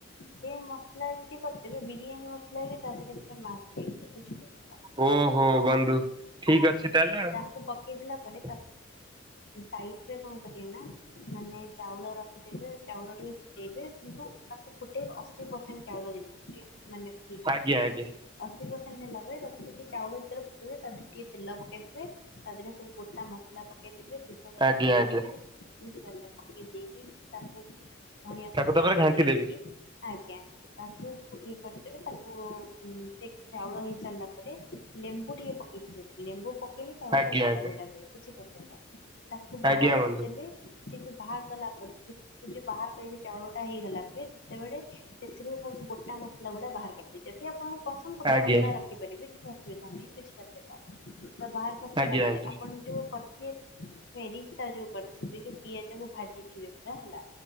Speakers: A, on the left (about 55°); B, on the right (about 20°).
A: ସେ ମସଲା ଯଦି ବିରିୟାନୀ ମସଲା ବି ତାଧୀରେ ପୁରା ମାରଦେଇଥିଲେ ବୁଝିପାଇଲୁ କି।
B: ଓ ହୋ ବନ୍ଧୁ ଠିକ ଅଛି ତାହେଲେ ଆଉ।
A: ତାକୁ ପକେଇଦେଲା ପରେ ତାପରେ ସାଇଡ ରେ କଣ କରିବେ ନା ମାନେ ଚାଉଳ ରଖିଦେବେ ଚାଉଳ ରୁ କିନ୍ତୁ ତାକୁ <inaudible> ପର୍ସେଣ୍ଟ ଚାଉଳ ଯେମିତି କିଏ ମାନେ <unintelligible>
B: ଆଜ୍ଞା ଆଜ୍ଞା
A: ଆସିବ। ପାଣି ହେଲା ପରେ <unintelligible> ଚାଉଳ ଯେତେବେଳେ ଫୁଟିବ ତାଧେରେ ଟିକେ ତେଲ ପକେଇଦେବେ ତାଧେରେ ସବୁ ଗୋଟା ମସଲା ପକେଇଥିବେ ତେଜପତ୍ର
B: ଆଜ୍ଞା
A: ପକେଇଦେବେ
B: ଆଜ୍ଞା
A: ବୁଝି ପାରିଲ, ପକେଇ ଦେଇକି ତାକୁ ଧଣିଆ ପତ୍ର
B: ତାକୁ
A: ଟିକେ
B: ତାପରେ
A: ପକେଇ
B: ଘାଣ୍ଟି ଦେବି
A: ଦେଇକି ଆ ଆଜ୍ଞା ତାକୁ ଇଏ କରିଦେବେ ତାକୁ ଉଁ ଟିକ ଚାଉଳ ହେଇ ସାରିଲା ପରେ ଲେମ୍ବୁ ଟିକେ ପକେଇଥିବେ ଲେମ୍ବୁ ପକେଇଲି ଚାଉଳ
B: ଆଜ୍ଞା
A: ଗୋଟ
B: ଆଜ୍ଞା।
A: ଗୋଟା ହୁଏ ବୁଝି ପା ତାକୁ ବାହାର
B: ଆଜ୍ଞା
A: କରିଦେବେ।
B: ବନ୍ଧୁ
A: ସେ ଯୋଉ ବାହାର କଲା ପରେ <unintelligible> ସେ ଯୋ ବାହାର କରିକି ଚାଉଳ ଟା ହେଇଗଲା ପରେ, ସେତେବେଳେ ସେଥିରୁ ସବୁ ଗୋ ଟା ମସଲା ଗୁଡା ବାହାର କରିଦେଇ ଯଦି ଆପଣଙ୍କ ପସନ୍ଦ ଗୋଟା
B: ଆଜ୍ଞା
A: ମସଲା ରଖିପାରିବେ କିଛି ଅସ <unintelligible> କିଛି <unintelligible> ତ ବାହାର କରି ସାରିଲା
B: ଆଜ୍ଞା
A: ପରେ
B: ଆଜ୍ଞା
A: ଆପଣ ଯୋଉ କରିଥିଏ ଫେରିସ୍ ଟା ଯୋଉ କରିଥିବେ ଯୋଉ ପିଆଜ କୁ ଭାଜିଥିବେ ପୁରା ହେଲା